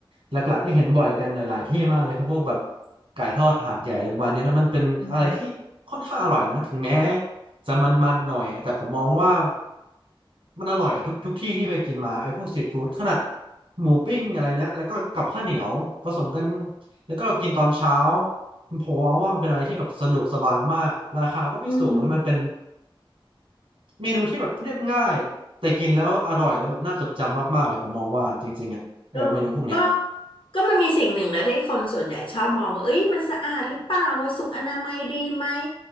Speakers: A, on the right (about 80°); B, on the left (about 70°).
A: หลักๆที่เห็นบ่อยกันหลายๆที่มากเลยครับพวกแบบไก่ทอดหาดใหญ่อะไรประมาณเนี้ยแล้วมันเป็นอะไรที่ค่อนข้างอร่อยนะถึงแม้
B: อืม
A: จะมันๆหน่อยแต่ผมมองว่ามันอร่อยอะทุกทุกที่ที่ไปกินมาไอ้พวกสตรีทฟู้ดขนาดหมูปิ้งอะไรเนี้ยแล้วก็กับข้าวเหนียวผสมกัน แล้วก็เรากินตอนเช้าผมมองว่ามันเป็นอะไรที่แบบสะดวกสบายมากราคาก็ไม่สูงแล้วมันเป็น
B: อืม
A: เมนูที่แบบเรียบง่ายแต่กินแล้วอร่อยแล้วแบบน่าจดจำมากๆเลยผมมองว่าจริงๆอ่ะเออเมนูพวกเนี้ย
B: ก็ก็ก็มันมีสิ่งหนึ่งแหละที่คนส่วนใหญ่ชอบมองว่าเอ้ยมันสะอาดหรือเปล่าว่าสุขอนามัยดีไหม